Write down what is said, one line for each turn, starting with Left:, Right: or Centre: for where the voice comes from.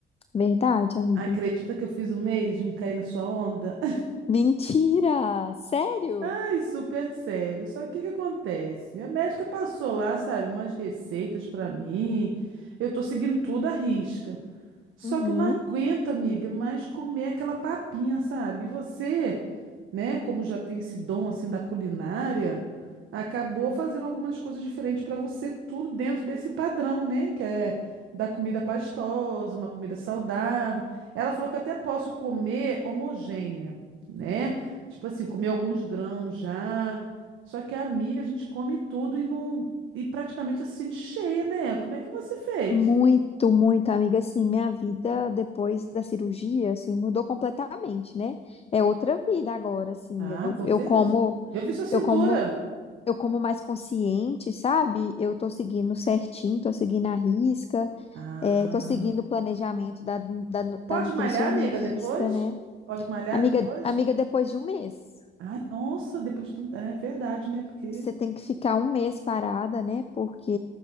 Left: verdade, amiga.
Right: Acredita que eu fiz o mesmo? Caí na sua onda? <laughs>
Left: Mentira! Sério?
Right: Ai, super sério. Só que o que que acontece? A médica passou lá, sabe, umas receitas pra mim. Eu tô seguindo tudo à risca. Só
Left: Uhum.
Right: que eu não aguento, amiga, mais comer aquela papinha, sabe? E você, né, como já tem esse dom assim da culinária, acabou fazendo algumas coisas diferentes para você, tudo dentro desse padrão, né? Que é da comida pastosa, uma comida saudável. Ela falou que eu até posso comer homogênea, né? Tipo assim, comer alguns grãos já. Só que a amiga, a gente come tudo e não e praticamente assim cheia, né? Como é que você fez?
Left: Muito, muito, amiga. Assim, minha vida depois da cirurgia, assim, mudou completamente, né? É outra vida agora, assim.
Right: Ah,
Left: Eu,
Right: com
Left: eu
Right: certeza.
Left: como,
Right: Eu vi sua cintura.
Left: eu como, eu como mais consciente, sabe? Eu tô seguindo certinho, tô seguindo a risca,
Right: Ah.
Left: é, tô seguindo o planejamento da, da,
Right: Pode
Left: da nutricionista,
Right: malhar, amiga, depois?
Left: né?
Right: Pode malhar
Left: Amiga,
Right: depois?
Left: amiga, depois de um mês,
Right: Ai, nossa, depois. tu- É verdade, né? Porque.
Left: você tem que ficar um mês parada, né? Porque